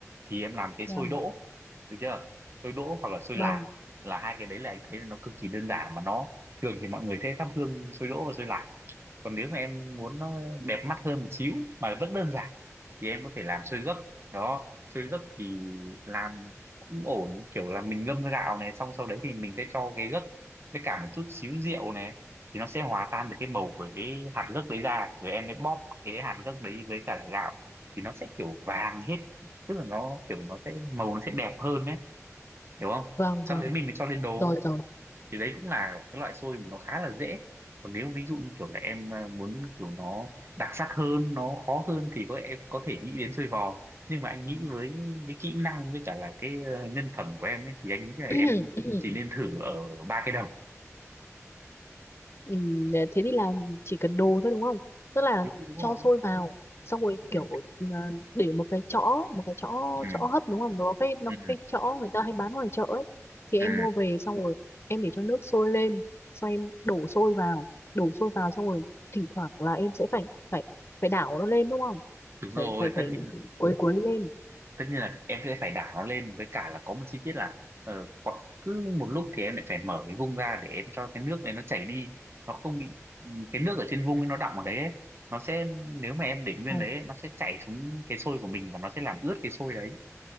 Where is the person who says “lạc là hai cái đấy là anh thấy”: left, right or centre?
Right